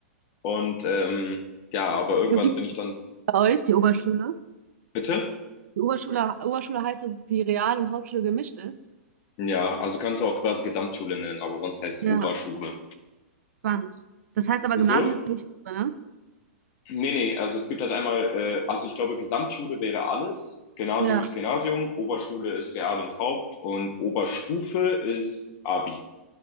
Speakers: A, on the left; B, on the right.
A: Und ähm, ja, aber irgendwann
B: Wie ist
A: bin ich dann,
B: bei euch die Oberschule?
A: bitte?
B: Die Oberschule, Oberschule heißt, dass es die Real- und Hauptschule gemischt ist.
A: Ja, also kannst du auch quasi Gesamtschule nennen, aber sonst heißt
B: Ja,
A: es Oberschule.
B: spannend. Das heißt aber,
A: Wieso?
B: Gymnasium ist nicht drin, ne?
A: Nee, nee, also es gibt halt einmal, äh, also ich glaube, Gesamtschule wäre alles. Gymnasium
B: Ja.
A: ist Gymnasium, Oberschule ist Real und Haupt und Oberstufe ist Abi.